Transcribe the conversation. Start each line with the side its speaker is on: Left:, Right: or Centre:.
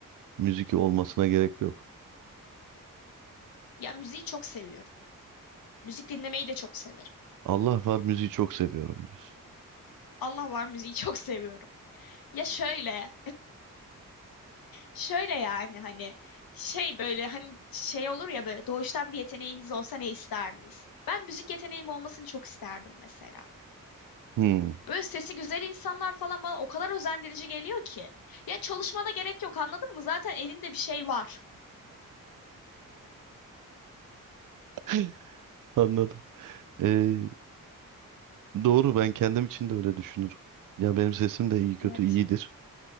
Right: müzik olmasına gerek yok.
Left: Ya müziği çok seviyorum. Müzik dinlemeyi de çok severim.
Right: Allah var müziği çok seviyorum diyorsun.
Left: Allah var müziği çok seviyorum. Ya şöyle Şöyle yani hani şey böyle hani şey olur ya böyle doğuştan bir yeteneğiniz olsa ne isterdiniz? Ben müzik yeteneğim olmasını çok isterdim mesela.
Right: Hmm,
Left: Böyle sesi güzel insanlar falan bana o kadar özendirici geliyor ki. Yani çalışmana gerek yok anladın mı? Zaten elinde bir şey var.
Right: <laughs> anladım. Ee, doğru ben kendim için de öyle düşünürüm. Ya benim sesim de iyi kötü
Left: Evet.
Right: iyidir